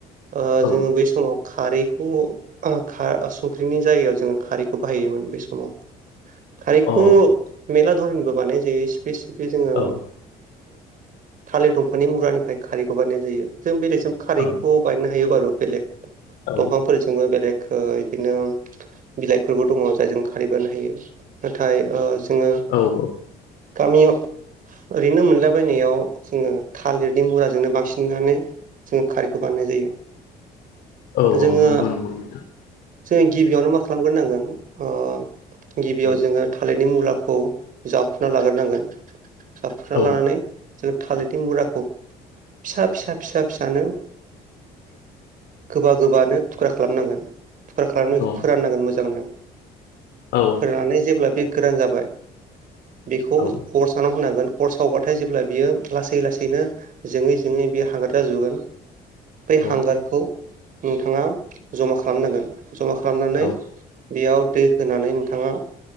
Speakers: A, on the right (about 55°); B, on the left (about 80°).
A: ओ
B: औ
A: जोङो बै समाव खारैखौ ओ खा ओ संख्रिनि जायगायाव जोङो खारैखौ बाहायोमोन बेै समाव। खारैखौ
B: अ
A: मेला धर'ननिबो बानाय जायो। बेसिकयै जोङो
B: औ
A: थाले दं फानि मुरानिफ्राय खारैखौ बानाय जायो। जों बेलेगजों खारैखौ
B: औ
A: बायनो हायो बारु। बेलेग
B: औ
A: दंफांफोरजोंबो बेलेग खो इदिनो बिलाइफोरबो दङ जायजों खारै बानायनो हायो। नाथाय जों
B: औ औ।
A: गामियाव ओरैनो मोनलाबायनायाव जोङो थालिरनि मुराजोंनो बांसिननानै जोङो खारैखौ बानायनाय जायो।
B: औ
A: जोङो
B: औ नंगौ नंगौ नोंथां।
A: जोङो गिबियावनो मा खालामग्रोनांगोन, ओ गिबियाव
B: औ
A: जोङो थालेद नि मुलाखौ जावखुना लागोरनांगोन। जावखुना
B: औ
A: लानानै जों थालि तिमुराखौ फिसा फिसा फिसानो गोबा गोबानो थुख्रा खालामनांगोन। थुख्रा खालामनायखौ
B: औ
A: फोराननांगोन मोजांनो।
B: औ
A: फोराननानै जेब्ला बे गोरान जाबाय। बेखौ
B: औ
A: अर सानाव होनांगोन। अर सावबाथाय जेब्ला बियो लासै लासैनो जोङै जोङै बे हांगार जाजोबगोन बै
B: औ
A: हांगारखौ नोंथाङा जमा खालामनांगोन। जमा खालामनानै,
B: औ
A: बेयाव दै होनानै नोंथाङा,